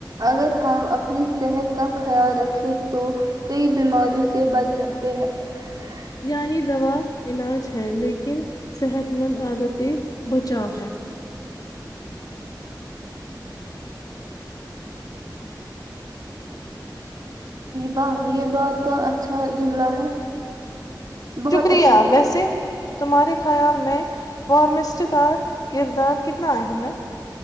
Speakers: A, on the right; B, on the left.
A: اگر ہم اپنی صحت کا خیال رکھیں تو کئی بیماریوں سے بچ سکتے ہیں <unintelligible>
B: یعنی دوا علاج ہے لیکن صحت مند عادت سے بچاؤ ہے <unintelligible>
A: واہ یہ بات اچھا جملہ ہے <unintelligible> بہت
B: شکریہ
A: اچھا جملہ
B: ویسے <unintelligible> تمہارے خیال میں فارمسٹ کا کردار کتنا اہم ہے <unintelligible>